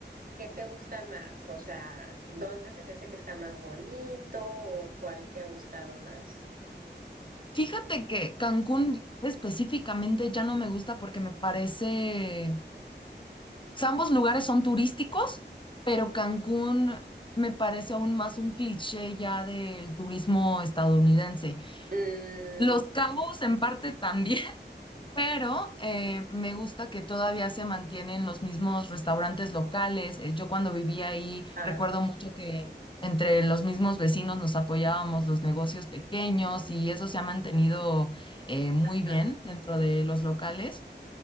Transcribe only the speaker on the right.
¿qué te gusta más? O sea, ¿dónde se te hace que está más bonito o cuál te ha gustado más?
Mm,
ah,
ajá,